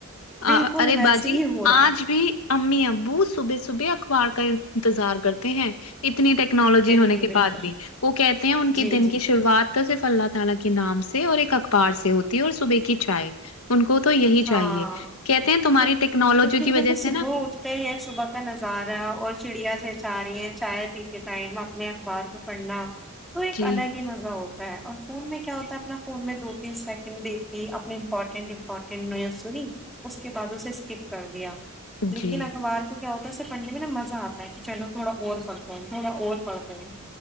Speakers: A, in the centre; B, on the left.
A: بالکل
B: آ ارے
A: ویسے
B: باجی
A: ہی ہو رہا
B: آج
A: ہے
B: بھی امی ابو صبح صبح اخبار کا انتظار کرتے ہیں اتنی ٹیکنالوجی
A: بالکل
B: ہونے کے
A: بالکل
B: بعد بھی وہ کہتے ہیں ان کے
A: جی
B: دن
A: جی
B: کی شروعات تو صرف اللہ تعالی کے نام سے اور ایک اخبار سے ہوتی ہے اور صبح کی چائے ان کو تو یہی
A: ہاں
B: چاہیے کہتے ہیں تمہاری
A: کیونکہ
B: ٹیکنالوجی کی
A: وہ جب
B: وجہ
A: وہ صبح
B: سے نا
A: اٹھتے ہیں صبح کا نظارہ ا اور چڑیا چچا رہی ہیں چائے پیتے ٹائم اپنے اخبار کو پڑھنا تو ایک
B: جی
A: الگ ہی مزہ ہوتا اور فون میں کیا ہوتا ہے اپنا فون میں دو تین سیکنڈ دیکے اپنے امپورٹینٹ امپٹ سنی اس کے بعد اسے اسکپ کر دیا لیکن
B: جی
A: اخبار کیا ہوتا ہے اسے پڑھنے میں نا مزہ آتا ہے کہ چلو تھوڑا اور پڑھتے ہیں تھوڑا اور پڑھتے ہیں